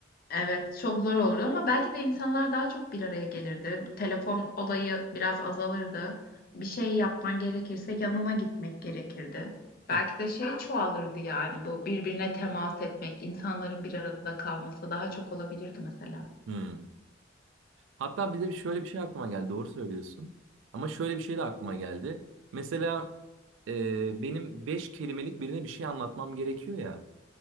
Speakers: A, on the left; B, on the right.
A: Evet çok zor olurdu ama belki de insanlar daha çok bir araya gelirdi. Telefon olayı biraz azalırdı. Bir şey yapman gerekirse yanına gitmek gerekirdi. Belki
B: <laughs>
A: de şey çoğalırdı yani bu birbirine temas etmek, insanların bir arada kalması daha çok olabilirdi mesela.
B: Hmm. Hatta bize bir şöyle bir şey aklıma geldi. Doğru söylüyorsun. Ama şöyle bir şey de aklıma geldi. Mesela e, benim beş kelimelik birine bir şey anlatmam gerekiyor ya.